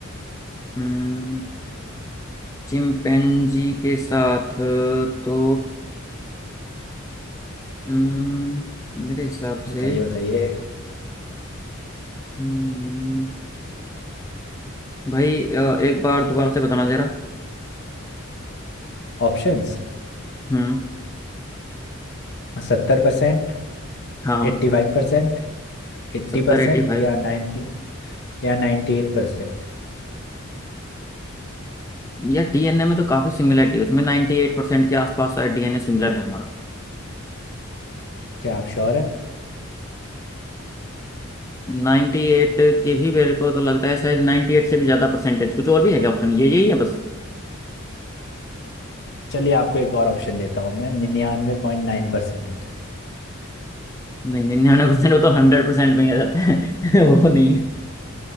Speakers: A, on the left; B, on the left.
A: हम्म चिंपैंजी के साथ तो हम्म मेरे हिसाब
B: बताइए
A: से
B: बताइए
A: हम्म, भाई अ, एक बार दोबारा से बताना जरा
B: ऑप्शंस
A: हम्म
B: सत्तर परसेंट
A: हाँ
B: एट्टी फाइव परसेंट एट्टी
A: सत्तर
B: परसेंट
A: एट्टी फाइव
B: या नाइन्टी या नाइन्टी एट परसेंट
A: यार डीएनए में तो काफी सिमिलरिटी है उसमें नाइन्टी एट परसेंट के आसपास शायद डीएनए सिमिलर है हमारा
B: क्या आप श्योर हैं
A: नाइन्टी एट के भी मेरे को तो लगता है शायद नाइन्टी एट से भी ज्यादा परसेंटेज कुछ और भी है क्या ऑप्शन ये यही है बस
B: चलिए आपको एक और ऑप्शन देता हूँ मैं निन्यानवे पॉइंट नाइन परसेंट
A: नहीं निन्यानवे परसेंट वो तो हंड्रेड परसेंट में ही आ जाता है <laughs> वो नहीं है